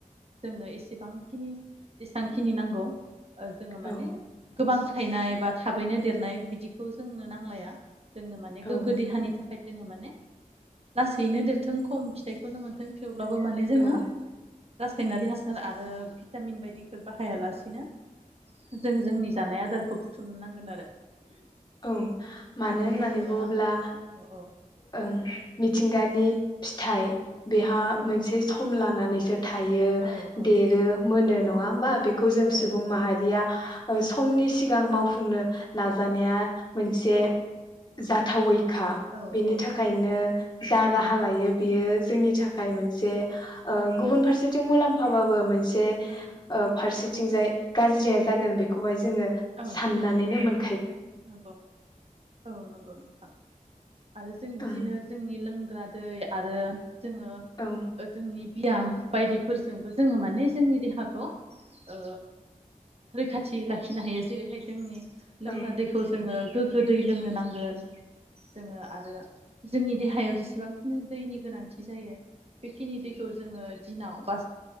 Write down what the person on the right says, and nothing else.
जोंनो एसेबांखिनि बेसेबांखिनि नांगौ जोङो माने
गोबां फथायनाय एबा थाबैनो देरनाय बिदिखौ जोंनो नांलाया। जोंनो माने
गोग्गो देहानि थाखाय जोङो माने लासैनो देरथों खम फिथाइखौनो मोन्थों थेव अब्लाबो माने जोङो
रासायनारि हासार आरो भिटामिन बायदिफोर बाहाया लासिनो जों जोंनि जानाय आजारखौ बुथुमनो नांगौ
आरो
जोङो
औ
औ
औ औ
औ
औ
औ
औ
ओं
ओं
औ
नंगौ औ नंगौ नोंथां आरो जों बिदिनो
जोंनि लोंग्रा दै आरो जोङो
जोंनि बियाम बायदिफोरजोंबो जोङो माने जोंनि देहाखौ ओ रैखाथि लाखिनो हायो जेरैहाय जोंनि लोंग्रा
दैखौ जोङो गोग्गो दै लोंनो नांगोन जोङो आरो जोंनि देहायाव जेसेबांखिनि दैनि गोनांथि जायो बेखिनि दैखौ जोङो दिनाव बा